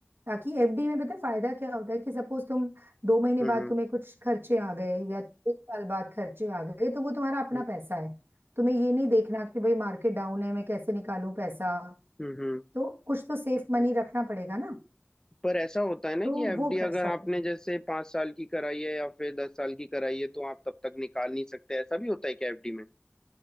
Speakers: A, on the right (about 60°); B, on the left (about 15°).
A: ताकि एफडी में पता है फायदा क्या होता है कि सपोज तुम दो महीने
B: हम्म
A: बाद
B: हम्म।
A: तुम्हें कुछ खर्चे आ गए या एक साल बाद खर्चे आ गए तो वो तुम्हारा अपना
B: हम्म
A: पैसा है तुम्हें ये नहीं देखना कि भाई मार्केट डाउन है मैं कैसे निकालूं पैसा
B: हम्म, हम्म।
A: तो कुछ तो सेफ मनी रखना पड़ेगा ना
B: पर ऐसा होता है ना
A: तो
B: कि एफडी
A: वो कर
B: अगर
A: सकते
B: आपने
A: हो
B: जैसे पांच साल की कराई है या फिर दस साल की कराई है तो आप तब तक निकाल नहीं सकते ऐसा भी होता है क्या एफडी में